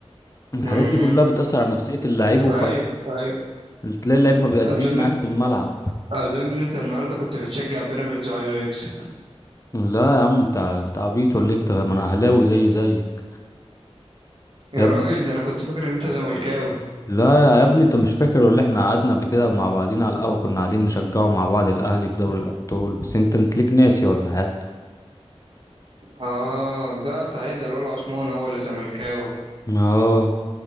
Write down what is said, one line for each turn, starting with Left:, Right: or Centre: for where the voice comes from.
Left: الحاجات
Right: امم
Left: دي كلها بتأثر على نفسية اللاعب
Right: أيوه أيوه
Left: تلاقي اللعيب ما بيأديش
Right: أظن
Left: معاك في الملعب
Right: أظن أنت النهاردة كنت بتشجع بيراميدز وعايزه يكسب
Left: لا يا عم انت انت عبيط ولا إيه؟ انت ما انا اهلاوي زي زيك
Right: يا
Left: يا ابني
Right: راجل ده أنا كنت فاكر إن أنت زملكاوي
Left: لا يا ابني انت مش فاكر ولا احنا قعدنا قبل كده مع بعضينا على القهوة كنا قاعدين نشجعه مع بعض الاهلي في دوري الابطال بس انت انت ليك ناسي ولا حاجة
Right: آه ده سعيد ده الولع عثمان هو اللي زملكاوي
Left: اه